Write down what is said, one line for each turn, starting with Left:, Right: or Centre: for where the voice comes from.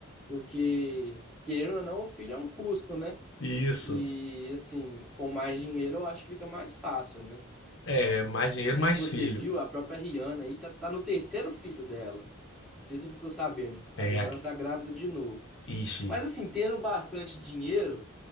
Centre: Porque, querendo ou não, o filho é um custo, né?
Left: Isso.
Centre: E, assim, com mais dinheiro eu acho que fica mais fácil, né?
Left: É mais dinheiro,
Centre: Não sei
Left: mais
Centre: se você
Left: filho.
Centre: viu, a própria Rihanna aí tá, tá no terceiro filho dela. Não sei se você ficou sabendo.
Left: É,
Centre: A Rihanna
Left: a-
Centre: tá grávida de novo.
Left: ixi.
Centre: Mas, assim, tendo bastante dinheiro,